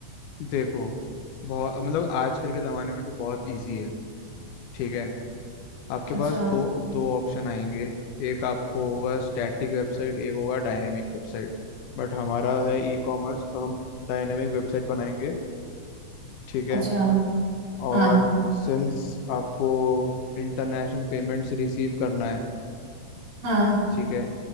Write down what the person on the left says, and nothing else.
देखो बहुत मतलब आजकल के ज़माने में तो बहुत इजी है ठीक है आपके
पास दो दो ऑप्शन आएंगे एक आपको होगा स्टैटिक वेबसाइट एक होगा डायनेमिक वेबसाइट बट हमारा है ई कॉमर्स तो हम डायनेमिक वेबसाइट बनाएंगे ठीक है
और
सिंस आपको इंटरनेशनल पेमेंट्स रिसीव करना है
ठीक है